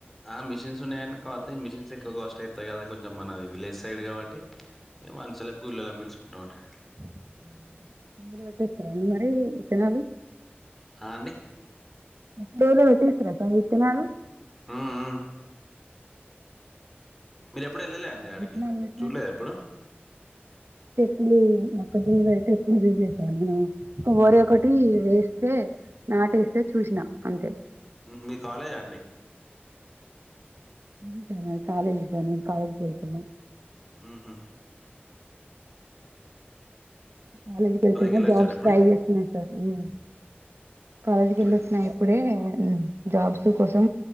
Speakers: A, in the centre; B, on the right.
A: ఆ మిషిన్స్ ఉన్నాయని కావాతాయి మిషిన్స్ ఎక్కువ కాస్ట్ అవుతాయి కదా. కొంచెం మనది విలేజ్ సైడ్ కాబట్టి. ఇ మనుసులను కుళ్ళోలన్ పిలుచుకుంటా మండి.
B: <unintelligible> మరి విత్తనాలు
A: హ అండి
B: డే లో పెట్టేస్తారా సర్ విత్తనాలు
A: ఉ ఉ మీరు ఎప్పుడు వెళ్ళలే అండి ఆడికి
B: విత్తనాలు పెట్టినాక
A: చూడలేదు ఎప్పుడు
B: లేదు మొక్కజొన్న ఐతే ఎప్పుడు జలెసర్ మరి ఒకటి వేస్తే నాటేస్తే చూసినా అంతే
A: మీ కాలేజా అండి
B: <unintelligible> కాలేజీ కని కాలేజీ కి వెళుతూన్నాము.
A: ఉహు
B: కాలేజ్కి వెళ్తుంద
A: వెళ్ళొచ్చారు
B: జాబ్స్
A: ఎప్పుడు
B: ట్రై చేస్తున్నా సార్ ఉ కాలేజకి
A: ట్రై
B: ఏళ్ళొచ్చిన
A: చేసి
B: ఇప్పుడే మ్ జాబ్స్ కోసం